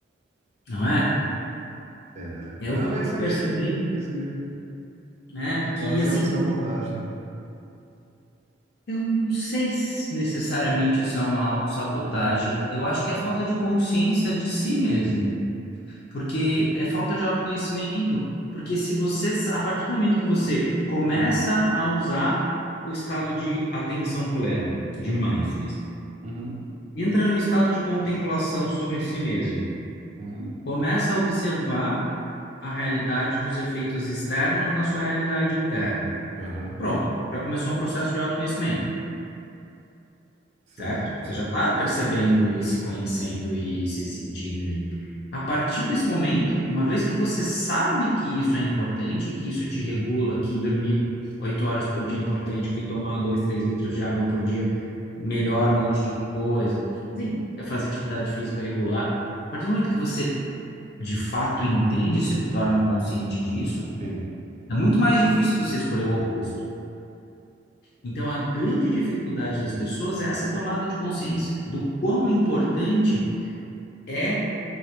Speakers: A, on the left (about 50°); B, on the right (about 35°).
A: Não é?
B: é,
A: Eu
B: não,
A: fico
B: é isso
A: percebendo,
B: mesmo, é isso mesmo.
A: né,
B: É quase
A: que assim,
B: autossabotagem.
A: eu não sei se necessariamente isso é uma autossabotagem. Eu acho que é falta de consciência de si mesmo. porque é falta de autoconhecimento, porque se você, sa- a partir do momento que você começa
B: Hum.
A: a usar o estado de atenção plena, de
B: Uhum,
A: mindfulness,
B: uhum,
A: entra num estado de contemplação sobre si mesmo,
B: uhum,
A: começa a observar a realidade dos efeitos externos na sua realidade interna.
B: aham,
A: Pronto, já começou um processo de autoconhecimento.
B: certo.
A: certo? Você já está percebendo e se conhecendo e se sentindo ali. A partir desse momento, uma vez que você sabe que isso é importante, que isso te regula, que dormir oito horas por dia é importante, que tomar dois, três litros de água por dia melhora um monte de coisa, enfim, é fazer atividade física regular. A partir do momento que você de fato entende, se torna consciente disso,
B: Sim.
A: é muito mais difícil você escolher o oposto. Então, a grande dificuldade das pessoas é essa tomada de consciência do quão importante é